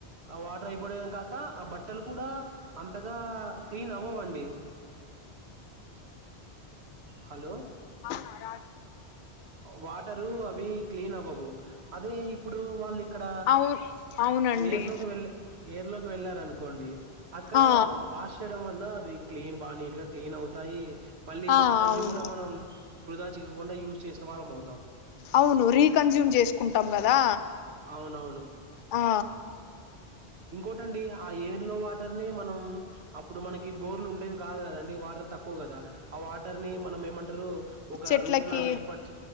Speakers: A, on the right; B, on the left.
A: ఆ వాటర్ అయిపోడం కాక కా ఆ బట్టలు కూడా అంతగా క్లీన్ అవ్వవండి హలో!
B: ఆహా
A: వాటరు అవి క్లీన్ అవ్వవు అదే ఇప్పుడు వాళ్ళు ఇక్కడ
B: అవును అవునండి
A: ఏరు లోకి వెళ్ ఎర్ లోకి వెళ్ళారనుకోండి అక్కడ
B: ఆ
A: వాష్ చేయడం వల అవి క్లీన్ బా నీట్ గా క్లీన్ అవుతాయి మళ్ళీ
B: ఆ
A: వాటర్
B: అవును
A: ని కూడా మనం వృధా చే కుండా యూజ చేసినవాళ్ళం అవుతాం
B: అవును రీకన్జూమ్ చేసుకుంటాం కదా
A: అవునవును.
B: ఆ
A: ఇంకోటండి ఆ ఏర్ లో వాటర్ నే మనం అప్పుడు మనకి బోర్లు ఉండేవి కాదు కదండి వాటర్ తక్కువ కదా ఆ వాటర్ ని మనం ఏమంటారు ఒక
B: చెట్లకి
A: రూట్ లాగా ఏర్పాటు